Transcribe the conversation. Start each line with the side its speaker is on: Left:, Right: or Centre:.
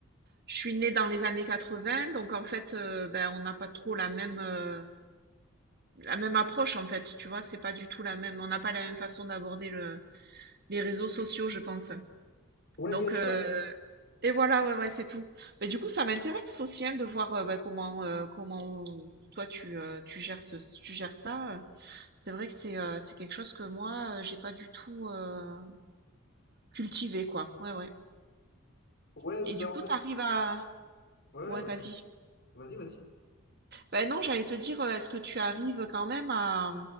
Right: je suis née dans les années 80, donc en fait, euh, ben, on n'a pas trop la même... euh, la même approche en fait, tu vois, c'est pas du tout la même, on n'a pas la même façon d'aborder le, les réseaux sociaux, je pense.
Left: Ouais,
Right: Donc,
Left: bien sûr.
Right: euh, et voilà, ouais, ouais, c'est tout. Mais du coup, ça m'intéresse aussi hein, de voir euh, bah, comment, euh, comment toi tu, euh, tu gères ce, tu gères ça. C'est vrai que c'est euh, c'est quelque chose que moi, euh, j'ai pas du tout euh, cultivé, quoi. Ouais, ouais.
Left: Ouais,
Right: Et
Left: c'est
Right: du
Left: en
Right: coup,
Left: fait.
Right: t'arrives à...
Left: Ouais, ouais,
Right: Ouais,
Left: vas-y.
Right: vas-y.
Left: Vas-y, vas-y.
Right: Ben non, j'allais te dire, euh, est-ce que tu arrives quand même à,